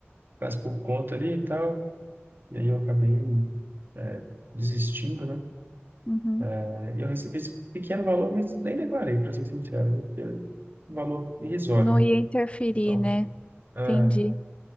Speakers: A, on the right (about 50°); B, on the left (about 25°).
A: ficasse por conta ali e tal, e aí eu acabei é, desistindo, né?
B: Uhum.
A: É, E eu recebi esse pequeno valor, mas nem declarei, para ser sincero, né? porque é um valor irrisório,
B: Não
A: né?
B: ia interferir,
A: Então,
B: né?
A: é,
B: Entendi.